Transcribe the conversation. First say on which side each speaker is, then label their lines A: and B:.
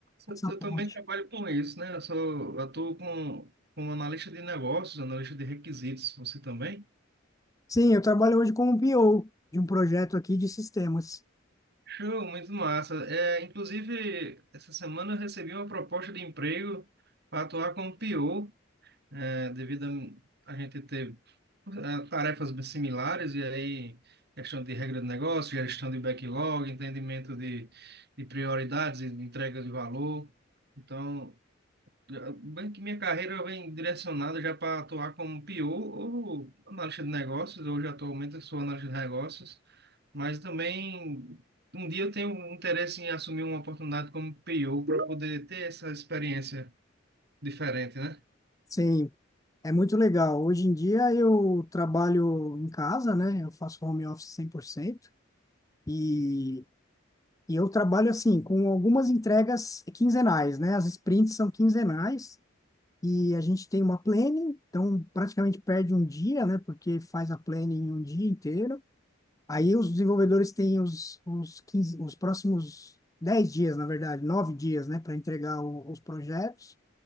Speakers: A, on the right; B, on the left.
A: legal.
B: essa
A: eu
B: ponte.
A: também trabalho com isso, né? Eu sou, eu atuo com, como analista de negócios, analista de requisitos. Você também?
B: Sim, eu trabalho hoje como PO de um projeto aqui de sistemas.
A: Show, muito massa. É, inclusive, essa semana eu recebi uma proposta de emprego para atuar como PO, é, devido a a gente ter é, tarefas bem similares, e aí questão de regra de negócio, gestão de backlog, entendimento de, de prioridades e de entrega de valor. Então, já- Bem que minha carreira vem direcionada já para atuar como PO ou analista de negócios. Hoje, atualmente, eu sou analista de negócios, mas também um dia eu tenho um interesse em assumir uma oportunidade como PO para poder ter essa experiência diferente, né?
B: Sim, é muito legal. Hoje em dia eu trabalho em casa, né? Eu faço home office 100% e, e eu trabalho assim com algumas entregas quinzenais, né? As sprints são quinzenais e a gente tem uma planning, então praticamente perde um dia, né? Porque faz a planning um dia inteiro. Aí os desenvolvedores têm os, os 15 os próximos 10 dias, na verdade, 9 dias, né? Para entregar o- os projetos.